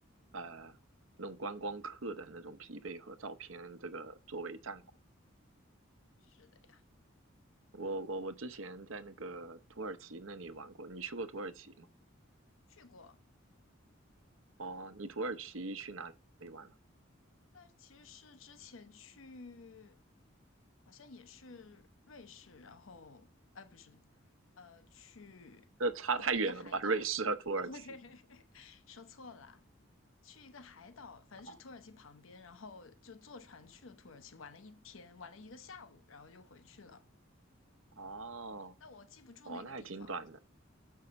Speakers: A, on the right; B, on the left.
A: 呃，那种观光客的那种疲惫和照片，这个作为战果。
B: 是的呀，
A: 我我我之前在那个土耳其那里玩过，你去过土耳其吗？
B: 去过。
A: 哦，你土耳其去哪里玩了？
B: 但其实是之前去，好像也是瑞士，然后，哎，不是，呃，去哪一个海岛？
A: 这差太远了吧？瑞士和土耳其
B: <laughs> 说错了，去一个海岛，反正是土耳其旁边，
A: 啊，
B: 然后就坐船去了土耳其，玩了一天，玩了一个下午，然后就回去了。
A: 哦，
B: 但我记不住那个地方。
A: 哦，那还挺短的，